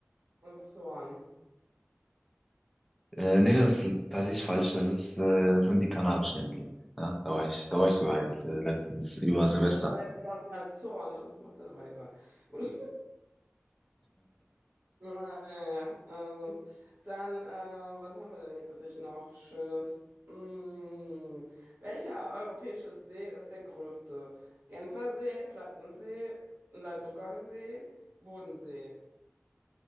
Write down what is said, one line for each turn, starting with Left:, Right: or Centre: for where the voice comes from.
Right: Und Zorn.
Centre: Äh, nee, das ist tatsächlich falsch, das ist, äh, das sind die Kanarischen Inseln. Ja, da war ich, da war ich sogar jetzt äh, letztens über Silvester.
Right: Weil ich war letztens
Centre: <laughs>
Right: auf den Azoren. Ich glaube, das macht Sinn, aber egal. Gut. Naja, also. Dann, ähm, was haben wir denn hier für dich noch Schönes? Mm, welcher europäische See ist der größte? Genfer See, Plattensee, Ladoga See, Bodensee.